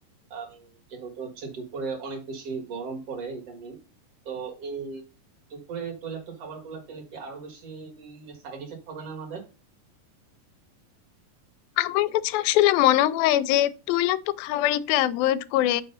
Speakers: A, on the right; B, on the left.
A: আম, যেহেতু হচ্ছে দুপুরে অনেক বেশি গরম পড়ে ইদানিং তো এই দুপুরে তৈলাক্ত খাবার গুলা খেলে কি আরো বেশি সাইড এফেক্ট হবে না আমাদের
B: আমার কাছে আসলে মনে হয় যে তৈলাক্ত খাবার একটু অ্যাভয়েড করে